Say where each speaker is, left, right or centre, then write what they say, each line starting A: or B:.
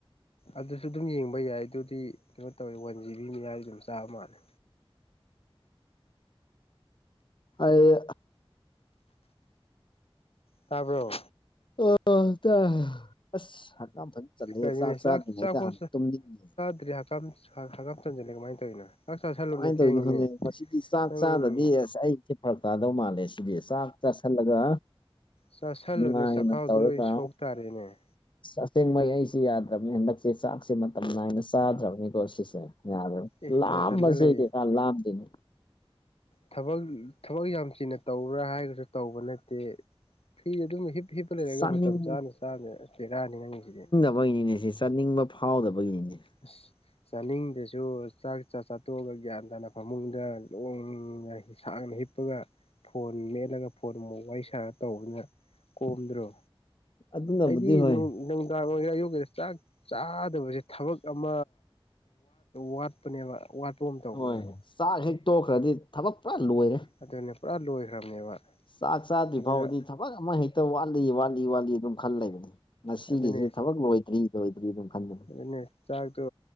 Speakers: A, on the left; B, on the left.
A: ꯑꯗꯨꯁꯨ ꯑꯗꯨꯝ ꯌꯦꯡꯕ ꯌꯥꯏ ꯑꯗꯨꯗꯤ ꯀꯩꯅꯣ ꯇꯧꯋꯦ ꯋꯥꯟ ꯖꯤ ꯕꯤ ꯃꯤꯌꯥꯏꯗꯤ ꯑꯗꯨꯝ ꯆꯥꯕ ꯃꯥꯜꯂꯦ
B: ꯑꯩ
A: ꯇꯥꯕ꯭ꯔꯣ
B: ꯑꯣ ꯇꯥꯏ ꯑꯁ ꯍꯛꯀꯥꯝ ꯐꯖꯅ ꯆꯜꯂꯦ
A: ꯀꯩꯅꯣꯅꯦ
B: ꯆꯥꯛ ꯆꯥꯗ꯭ꯔꯤꯉꯩꯗ
A: ꯆꯥꯛꯐꯥꯎ
B: ꯍꯥꯟꯅ ꯇꯨꯝꯅꯤꯡꯉꯦ
A: <unintelligible> <unintelligible> ꯆꯟꯁꯤꯜꯂꯦ ꯀꯃꯥꯏꯅ ꯇꯧꯔꯤꯅꯣ ꯆꯥꯛ ꯆꯥꯥꯁꯜꯂꯨꯅꯦ
B: ꯀꯃꯥꯏꯅ
A: ꯊꯦꯡꯉꯤꯅꯦ
B: ꯇꯧꯔꯤꯅꯣ ꯈꯪꯗꯦ ꯃꯁꯤꯗꯤ ꯆꯥꯛ
A: ꯅꯪ
B: ꯆꯥꯗꯔꯗꯤ ꯑꯁ ꯑꯩꯁꯦ ꯐꯔꯛ ꯇꯥꯗꯧ ꯃꯥꯜꯂꯦ ꯁꯤꯗꯤ ꯆꯥꯛ ꯆꯥꯁꯜꯂꯒ
A: ꯆꯥꯁꯜꯂꯨꯅꯦ
B: ꯅꯨꯡꯉꯥꯏꯅ
A: ꯆꯈꯥꯎꯗꯣ
B: ꯇꯧꯔꯒ
A: ꯂꯣꯏ ꯁꯣꯛ ꯇꯥꯔꯦꯅꯦ
B: ꯑꯁꯦꯡꯕꯩ ꯑꯩꯁꯦ ꯌꯥꯗ꯭ꯔꯕꯅꯦ ꯍꯟꯗꯛꯁꯦ ꯆꯥꯛꯁꯦ ꯃꯇꯝ ꯅꯥꯏꯅ ꯆꯥꯗ꯭ꯔꯕꯅꯦ ꯀꯣꯁꯤꯁꯦ ꯌꯥꯔꯣꯏ
A: ꯑꯦ
B: ꯂꯥꯝꯕꯁꯦ
A: ꯅꯥꯊꯟꯗ ꯂꯩꯌꯦ
B: ꯀꯌꯥ ꯂꯥꯝꯗꯦꯅꯦ
A: ꯊꯕꯛ ꯊꯕꯛ ꯌꯥꯝ ꯆꯤꯟꯅ ꯇꯧꯕ꯭ꯔꯥ ꯍꯥꯏꯔꯒꯁꯨ ꯇꯧꯕ ꯅꯠꯇꯦ ꯐ꯭ꯔꯤꯗ ꯑꯗꯨꯝ ꯍꯤꯞ ꯍꯤꯞꯄ ꯂꯩꯔꯒ
B: ꯆꯥꯅꯤꯡ
A: ꯃꯇꯝ ꯆꯥꯅ ꯆꯥꯅ ꯕꯦꯔꯥꯅꯤ ꯅꯪꯒꯤꯁꯤꯗꯤ
B: ꯅꯤꯅꯦ ꯁꯤ ꯆꯠꯅꯤꯡꯕ ꯐꯥꯎꯗꯕꯒꯤꯅꯤ
A: <unintelligible> ꯆꯥꯅꯤꯡꯗꯁꯨ ꯆꯥꯛ ꯆꯥ ꯆꯥꯊꯣꯛꯑꯒ ꯒ꯭ꯌꯥꯟ ꯇꯥꯅ ꯐꯃꯨꯡꯗ ꯂꯣꯡꯅ ꯁꯥꯡꯅ ꯍꯤꯞ ꯄꯒ ꯐꯣꯟ ꯃꯦꯠꯂꯒ ꯐꯣꯟ ꯑꯃꯨꯛ ꯋꯥꯔꯤ ꯁꯥꯔ ꯇꯧꯕꯗꯨꯅ ꯀꯣꯝꯗ꯭ꯔꯣ
B: ꯑꯗꯨꯅꯕꯨꯗꯤ
A: ꯑꯩꯗꯤ
B: ꯍꯣꯏ
A: ꯅꯪ ꯅꯪ ꯅꯨꯡꯗꯥꯡ ꯑꯣꯏꯒꯦꯔ ꯑꯌꯨꯛꯀꯤꯗ ꯆꯥꯛ ꯆꯥꯗꯕꯁꯦ ꯊꯕꯛ ꯑꯃ ꯋꯥꯠꯄꯅꯦꯕ꯫ ꯋꯥꯠꯄꯒꯨꯝ ꯇꯧꯕꯅꯦꯕ꯫
B: ꯍꯣꯏ ꯆꯥꯛ ꯍꯦꯛ ꯇꯣꯛꯈ꯭ꯔꯗꯤ ꯊꯕꯛ ꯄꯨꯔꯥ ꯂꯣꯏꯔꯦ꯫
A: ꯑꯗꯨꯅꯦ ꯄꯨꯔꯥ ꯂꯣꯏꯈ꯭ꯔꯝꯅꯦꯕ
B: ꯆꯥꯛ ꯆꯥꯗ꯭ꯔꯤ
A: ꯑꯗꯨꯅ
B: ꯐꯥꯎꯕꯗꯤ ꯊꯕꯛ ꯑꯃ ꯍꯦꯛꯇ ꯋꯥꯠꯂꯤ ꯋꯥꯠꯂꯤ ꯋꯥꯠꯂꯤ ꯑꯗꯨꯝ ꯈꯜ ꯂꯩꯕꯅꯤ꯫ ꯉꯁꯤꯒꯤꯁꯤ
A: ꯑꯗꯨꯅꯦ
B: ꯊꯕꯛ ꯂꯣꯏꯗ꯭ꯔꯤ ꯂꯣꯏꯗ꯭ꯔꯤ ꯑꯗꯨꯝ ꯈꯟꯕꯅꯦ꯫
A: ꯑꯗꯨꯅꯦ ꯆꯥꯛꯇꯣ